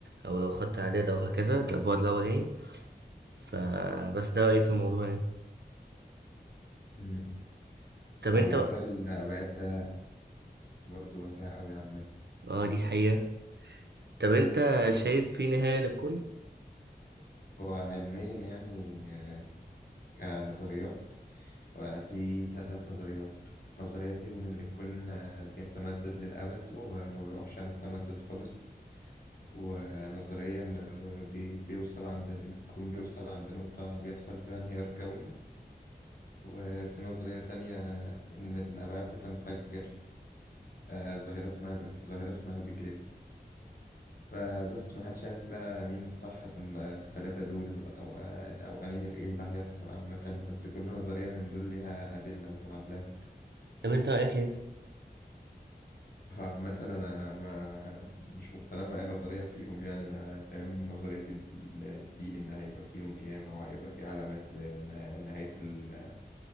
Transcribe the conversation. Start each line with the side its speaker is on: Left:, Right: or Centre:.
Right: أو لو خدت إعداد أو هكذا ده البعد الأول يعني فبس ده رأيي في الموضوع يعني
Left: مم.
Right: طب أنت
Left: هو موضوع الأبعاد ده برضه واسع أوي عامة
Right: اه دي حقيقة طب أنت شايف في نهاية للكون؟
Left: هو علميا يعني آه، كنظريات وفي ثلاث نظريات نظرية فيهم إن الكون آه، بيتمدد للأبد وما بيقفش عن التمدد خالص ونظريا بي- بيوصل عند الكون بيوصل عند نقطة بيحصل فيها انهيار كوني وفي نظرية تانية إن الأبعاد بتنفجر آه، ظاهرة اسمها في ظاهرة اسمها بيج ريب فبس محدش عارف بقى مين الصح في ال- في التلاتة دول أو أو أنهي اللي- إيه اللي هيحصل عامة بس كل نظرية من دول ليها أدلة ومعادلات
Right: طب أنت رأيك إيه؟
Left: هو عامة أنا ما مش مقتنع بأي نظرية فيهم يعني أنا فاهم نظرية ال- الدين إن هيبقى فيهم قيامة وهيبقى في علامات لنهاية ال...